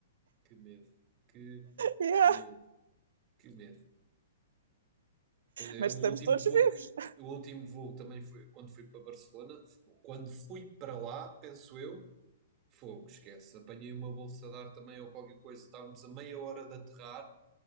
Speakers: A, on the right; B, on the right.
A: Que medo, que
B: Yeah.
A: medo, que medo. Eh,
B: Mas
A: O
B: estamos
A: último
B: todos
A: voo
B: vivos.
A: que, o último voo também foi quando fui para Barcelona. Quando fui para lá, penso eu. Fogo, esquece. Apanhei uma bolsa de ar também ou qualquer coisa. Estávamos a meia hora de aterrar.